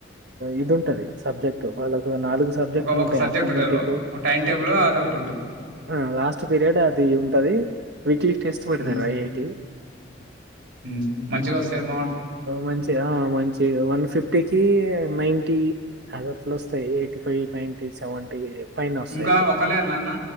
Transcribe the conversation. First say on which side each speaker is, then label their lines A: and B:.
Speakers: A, on the right; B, on the right.
A: ఇది ఉంటది సబ్జెక్ట్ వాళ్ళకు నాలుగు సబ్జెక్ట్లు
B: ఒక ఒక
A: ఉంటాయ్
B: సబ్జెక్ట్
A: అర్థమేటిక్
B: ఉంటది. ఒక టైమ్ టేబులో అదొకటి ఉంటది.
A: ఆ లాస్ట్ పీరియడ్ అది ఉంటది వీక్లీ టెస్ట్ పెడతారు
B: హ్మ్
A: ఐఐటి
B: హ్మ్ మంచిగా వస్తాయమో
A: మంచిగా ఆ మంచి వన్ ఫిఫ్టీకి నైంటీఅదొట్ల వస్తాయి ఎయిటీ ఫైవ్ నైంటీ సెవెంటీ పైన వస్తాయి
B: ఇంకా
A: అట్లా
B: ఒకలేనాన్న